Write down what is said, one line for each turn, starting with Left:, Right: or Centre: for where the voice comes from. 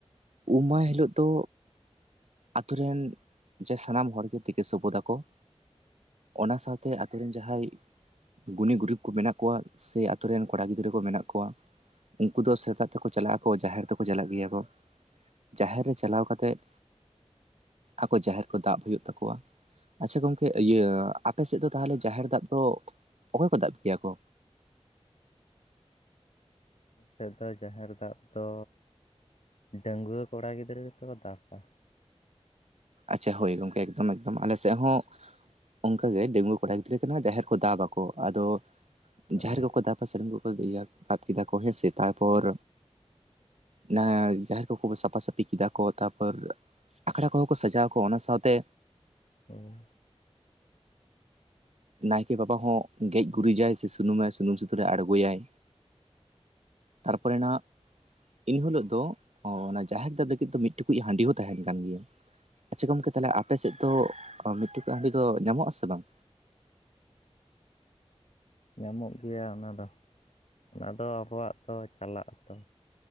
Right: ᱩᱢ ᱢᱟᱦᱟᱸ ᱦᱤᱞᱳᱜ ᱫᱚ ᱟᱛᱳ ᱨᱮᱱ ᱡᱮ ᱥᱟᱱᱟᱢ ᱦᱚᱲ ᱜᱮ ᱛᱤᱠᱟᱹ ᱥᱚᱵᱚᱫᱟᱠᱚ᱾ ᱚᱱᱟ ᱥᱟᱶᱛᱮ ᱟᱛᱩᱨ ᱨᱮᱱ ᱡᱟᱦᱟᱸᱭ ᱜᱩᱱᱤ ᱜᱩᱨᱤᱵᱽ ᱠᱚ ᱢᱮᱱᱟᱜ ᱠᱚᱣᱟ, ᱥᱮ ᱟᱛᱳ ᱨᱮᱱ ᱠᱚᱲᱟ ᱜᱤᱫᱽᱨᱟᱹ ᱠᱚ ᱢᱮᱱᱟᱜ ᱠᱚᱣᱟ᱾ ᱩᱱᱠᱩ ᱫᱚ ᱥᱮᱛᱟᱜ ᱛᱮᱠᱚ ᱪᱟᱞᱟᱜ ᱟᱠᱚ ᱡᱟᱦᱮᱨ ᱛᱮᱠᱚ ᱪᱟᱞᱟᱜ ᱜᱮᱭᱟ ᱠᱚ ᱡᱟᱦᱮᱨ ᱨᱮ ᱪᱟᱞᱟᱣ ᱠᱟᱛᱮᱫ ᱟᱠᱚ ᱡᱟᱦᱮᱨ ᱠᱚ ᱫᱟᱵ ᱦᱩᱭᱩᱜ ᱛᱟᱠᱚᱣᱟ᱾ ᱟᱪᱪᱷᱟ ᱜᱚᱝᱠᱮ ᱤᱭᱟᱹ ᱟᱯᱮᱥᱮᱫ ᱫᱚ ᱛᱟᱦᱚᱞᱮ ᱡᱟᱦᱮᱨ ᱫᱟᱵ ᱫᱚ ᱚᱠᱚᱭ ᱠᱚ ᱫᱟᱵ ᱜᱮᱭᱟ ᱠᱚ?
Left: ᱟᱞᱮ ᱥᱮᱫ ᱫᱚ ᱡᱟᱦᱮᱨ ᱫᱟᱵ ᱫᱚ ᱰᱟᱺᱝᱜᱣᱟᱹ ᱠᱚᱲᱟ ᱜᱤᱫᱽᱨᱟᱹ ᱜᱮ ᱠᱚ ᱫᱟᱵᱼᱟ᱾
Right: ᱟᱪᱪᱷᱟ ᱦᱳᱭ ᱜᱚᱝᱠᱮ ᱮᱠᱫᱚᱢ ᱮᱠᱫᱚᱢ ᱟᱞᱮ ᱥᱮᱫ ᱦᱚᱸ ᱚᱱᱠᱟᱜᱮ ᱰᱟᱹᱜᱩᱣᱟᱹ ᱠᱚᱲᱟ ᱜᱤᱫᱽᱨᱟᱹ ᱠᱟᱱᱟ ᱡᱟᱦᱮᱨ ᱠᱚ ᱫᱟᱵᱟᱠᱚ ᱟᱫᱚ, ᱡᱟᱦᱮᱨ
Left: ᱳᱭ
Right: ᱠᱚᱠᱚ ᱫᱟᱯᱟ ᱥᱟᱹᱲᱤᱢ ᱠᱚᱠᱚ ᱤᱭᱟᱹᱫᱟᱵ ᱠᱮᱫᱟ ᱠᱚ ᱦᱮᱸ ᱥᱮ ᱛᱟᱨᱯᱚᱨ ᱚᱱᱟ ᱡᱟᱦᱮᱨ ᱠᱚᱠᱚ ᱥᱟᱯᱷᱟ ᱥᱟᱹᱯᱷᱤ ᱠᱮᱫᱟ ᱠᱚ ᱛᱟᱯᱚᱨ ᱟᱠᱷᱲᱟ ᱠᱚᱦᱚᱸ ᱠᱚ ᱥᱟᱡᱟᱣ ᱟᱠᱚ ᱚᱱᱟ ᱥᱟᱶᱛᱮ?
Left: ᱦᱩᱸ
Right: ᱱᱟᱭᱠᱮ ᱵᱟᱵᱟ ᱦᱚᱸ ᱜᱮᱡ ᱜᱩᱨᱤᱡᱟᱭ ᱥᱮ ᱥᱩᱱᱩᱢᱟᱭ ᱥᱩᱱᱩᱢ ᱥᱤᱸᱫᱩᱨᱮ ᱟᱬᱜᱳᱭᱟᱭ ᱛᱟᱨᱯᱚᱨᱮ ᱱᱟᱜ ᱮᱱᱦᱤᱞᱳᱜ ᱫᱚ ᱚᱱᱟ ᱡᱟᱦᱮᱨ ᱫᱟᱵ ᱞᱟᱹᱜᱤᱫ ᱫᱚ ᱢᱤᱫ ᱴᱩᱠᱩᱡ ᱦᱟᱺᱰᱤ ᱦᱚᱸ ᱛᱟᱦᱮᱱ ᱠᱟᱱ ᱜᱮᱭᱟ᱾ ᱟᱪᱪᱷᱟ ᱜᱚᱝᱠᱮ ᱛᱟᱦᱚᱞᱮ ᱟᱯᱮ ᱥᱮᱫ ᱫᱚ ᱢᱤᱫ ᱴᱤᱠᱩᱡ ᱦᱟᱺᱰᱤ ᱫᱚ ᱧᱟᱢᱚᱜ ᱟᱥᱮ ᱵᱟᱝ?
Left: ᱧᱟᱢᱚᱜ ᱜᱮᱭᱟ ᱚᱱᱟ ᱫᱚ ᱚᱱᱟ ᱫᱚ ᱟᱵᱚᱣᱟᱜ ᱫᱚ ᱪᱟᱞᱟᱜ ᱟᱛᱚ